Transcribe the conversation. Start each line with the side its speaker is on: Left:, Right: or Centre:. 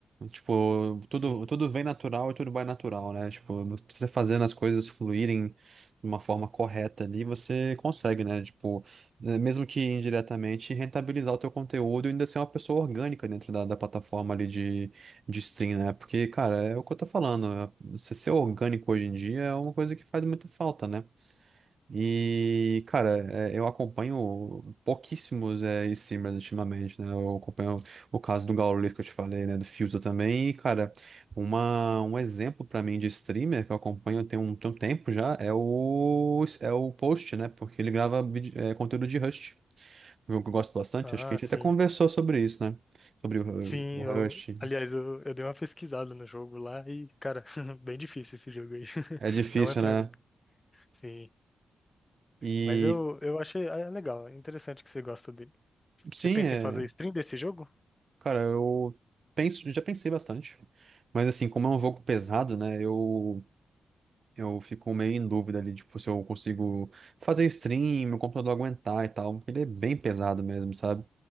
Right: Tipo, tudo,
Left: Sim.
Right: tudo vem natural e tudo vai natural, né? Tipo, você fazendo as coisas fluírem de uma forma correta ali, você consegue, né? Tipo, eh, mesmo que indiretamente, rentabilizar o teu conteúdo e ainda ser uma pessoa orgânica dentro da, da plataforma ali de, de stream, né? Porque, cara, é o que eu tô falando. eh, Você ser orgânico hoje em dia é uma coisa que faz muita falta, né? E, cara, é, eu acompanho pouquíssimos é, streamers ultimamente, né? Eu acompanho o caso do Gaules que eu te falei, né? Do Fuso também. E, cara, uma, um exemplo pra mim de streamer que eu acompanho tem um, tem um tempo já é o, é o Post, né? Porque ele grava vídeo- é, conteúdo de Rust. Um jogo que eu gosto bastante.
Left: Ah,
Right: Acho que a gente
Left: sim.
Right: até conversou sobre isso, né? Sobre o,
Left: Sim,
Right: o
Left: eu,
Right: Rust.
Left: aliás, eu, eu dei uma pesquisada no jogo lá e, cara, <laughs> bem difícil esse jogo aí. <laughs>
Right: É difícil,
Left: Não é pra
Right: né?
Left: mim. Sim,
Right: E
Left: mas eu, eu achei ah, é legal, é interessante que você gosta dele.
Right: sim,
Left: Você pensa
Right: é.
Left: em fazer stream desse jogo?
Right: Cara, eu penso, já pensei bastante. Mas assim, como é um jogo pesado,
Left: Uhum.
Right: né? Eu, eu fico meio em dúvida ali, tipo, se eu consigo fazer stream, meu computador aguentar e tal. Porque ele é bem pesado mesmo, sabe?